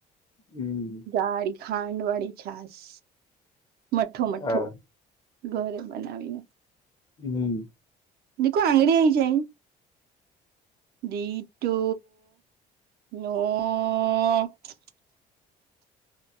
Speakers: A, on the left (about 25°); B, on the right (about 70°).
A: હમ્મ.
B: ગાડી ખાંડ વાળી છાસ. મઠ્ઠો મઠ્ઠો
A: હા
B: ઘરે બનાવીને.
A: હમ્મ.
B: દીખો આંગળ ઈ જાય. દીટો <unintelligible>